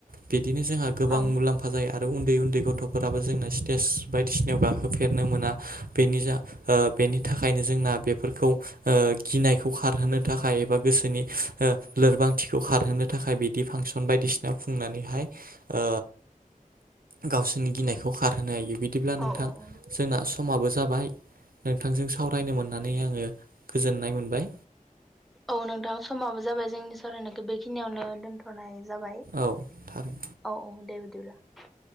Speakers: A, on the right; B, in the centre.
A: बिदिनो जोंहा गोबां
B: औ
A: मुलाम्फा जायो आरो उन्दै उन्दै गथ'फोराबो जोंना स्टेज बायदिसिनायाव गाखोफेरनो मोना बेनि जा ओ बेनि थाखायनो जोंना बेफोरखौ ओ गिनायखौ खारहोनो थाखाय एबा गोसोनि ओ लोरबांथिखौ खारहोनो थाखाय बिदि फांसन बायसिना खुंनानैहाय ओ गावसिनि गिनाय खौ खारहोनो हायो बिदिब्ला
B: औ
A: नोंथां
B: औ
A: जोंना समाबो जाबाय नोंथांजों सावरायनो मोननानै आङो गोजोननाय मोनबाय
B: औ नोंथां समाबो जाबाय जोंनि सावरायना बेखिनियावनो दोनथ'नाय जाबाय।
A: औ थारै
B: औ-औ दे बिदिब्ला।